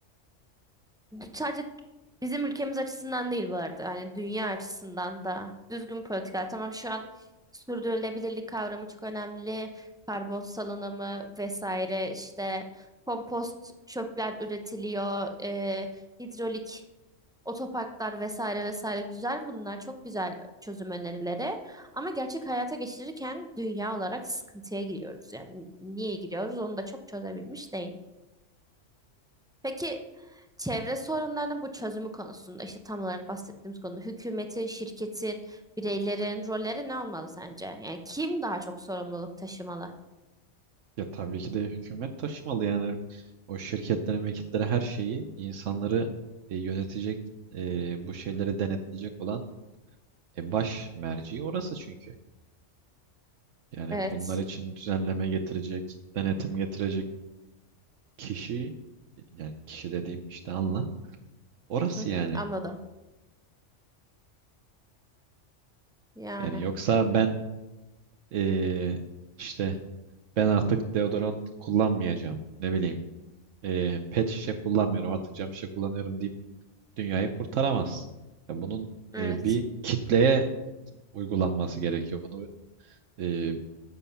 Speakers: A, in the centre; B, on the right.
A: Sadece bizim ülkemiz açısından değil bu arada. Hani dünya açısından da düzgün politika. Tamam şu an sürdürülebilirlik kavramı çok önemli. Karbon salınımı vesaire işte kompost çöpler üretiliyor. e, hidrolik otoparklar vesaire vesaire güzel bunlar çok güzel çözüm önerileri. Ama gerçek hayata geçirirken dünya olarak sıkıntıya giriyoruz. Yani niye giriyoruz onu da çok çözebilmiş değil. Peki çevre sorunlarının bu çözümü konusunda işte tam olarak bahsettiğimiz konuda hükümetin, şirketin, bireylerin rolleri ne olmalı sence? Yani kim daha çok sorumluluk taşımalı?
B: Ya tabii ki de hükümet taşımalı yani o şirketlere, mülkiyetlere her şeyi insanları e, yönetecek, e, bu şeyleri denetleyecek olan e, baş merci orası çünkü. Yani
A: Evet.
B: bunlar için düzenleme getirecek, denetim getirecek kişi yani kişi dediğim işte anla orası
A: Hı hı,
B: yani.
A: anladım. Yani.
B: Yani yoksa ben e, işte ben artık deodorant kullanmayacağım ne bileyim e, pet şişe kullanmıyorum artık cam şişe kullanıyorum deyip dünyayı kurtaramazsın. Ya bunun
A: Evet.
B: e, bir kitleye uygulanması gerekiyor. Bunu e,